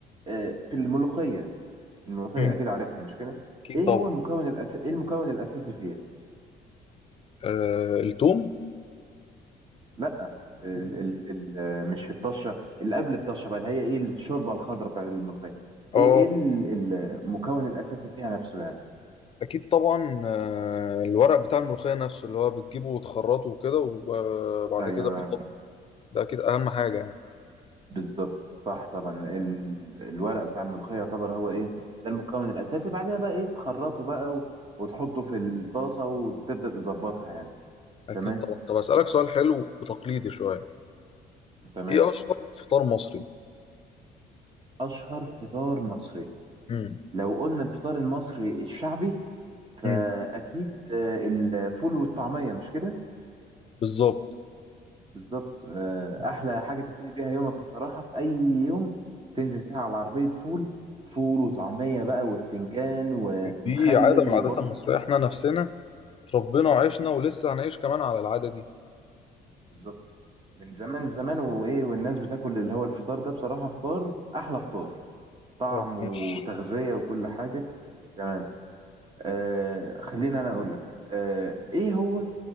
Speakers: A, on the right; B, on the left.
A: آه، في الملوخيه الملوخيه
B: مم.
A: اكيد عارفها مش كده
B: أكيد
A: ايه
B: طبعا
A: هو المكون الأس... ايه المكون الاساسي فيها
B: آه التوم
A: لا ال ال ال مش في الطشه اللي قبل الطشه بقى اللي هي ايه الشوربه الخضراء بتاعت الملوخيه
B: اه
A: ايه ايه ال- المكون الاساسي فيها نفسه يعني
B: أكيد طبعا آه الورق بتاع الملوخية نفسه اللي هو بتجيبه وتخرطه وكده وبعد
A: ايوه
B: كده بتحطه ده أكيد أهم حاجة يعني
A: بالظبط صح طبعا ال الورق بتاع الملوخيه يعتبر هو ايه ده المكون الاساسي بعدها بقى ايه تخرطه بقى و- وتحطه في الطاسه وتبدا تظبطها يعني
B: أكيد
A: تمام
B: طبعا طب أسألك سؤال حلو وتقليدي شوية
A: تمام
B: إيه أشهر فطار مصري؟
A: اشهر فطار مصري
B: مم.
A: لو قلنا الفطار المصري الشعبي فاكيد
B: مم.
A: آه، الفول والطعميه مش كده
B: بالظبط
A: بالظبط آه، احلى حاجه تبتدي بيها يومك الصراحه في اي يوم تنزل كده على عربيه فول فول وطعميه بقى وبتنجان ومخلل
B: دي عادة من العادات
A: وبصل
B: المصرية إحنا نفسنا اتربينا وعشنا ولسه هنعيش كمان على العادة دي
A: بالظبط من زمان زمان وايه والناس بتاكل اللي هو الفطار ده بصراحه فطار احلى فطار طعم
B: طب
A: وتغذيه
B: ماشي
A: وكل حاجه تمام آه خلينا انا اقول لك آه ايه هو